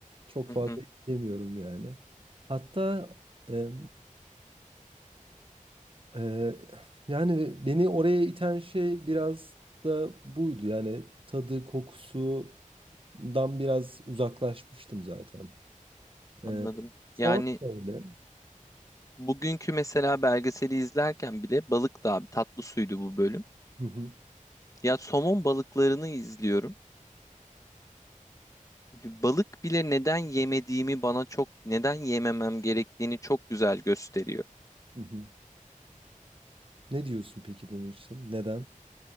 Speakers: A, on the right; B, on the left.
A: Çok
B: hı
A: fazla
B: hı.
A: istemiyorum yani. Hatta e, e, yani beni oraya iten şey biraz da buydu. Yani tadı, kokusundan biraz uzaklaşmıştım zaten.
B: Anladım.
A: E, şu
B: Yani
A: an da öyle.
B: bugünkü mesela belgeseli izlerken bile balık da abi tatlı suydu bu bölüm.
A: Hı hı,
B: Ya somon balıklarını izliyorum. Balık bile neden yemediğimi bana çok neden yememem gerektiğini çok güzel gösteriyor.
A: hı hı. Ne diyorsun peki bunun için? Neden?